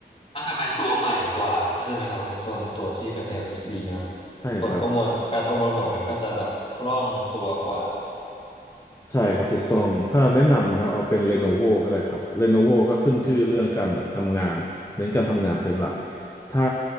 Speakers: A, on the left (about 35°); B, on the left (about 15°).
A: ก็คือเป็นตัวใหม่กว่าใช่ไหมครับคุณต้นตัวที่เป็น LSD เนาะ
B: ใช่ครับ
A: ผลประมวลการประมวลผลมันก็จะแบบคล่องตัวกว่า
B: ใช่ครับถูกต้องถ้าแนะนำครับเอาเป็น
A: เออ
B: Lenovo ก็ได้ครับ Lenovo ก็ขึ้นชื่อเรื่องการแบบทำงานเน้นการทำงานเป็นหลักถ้า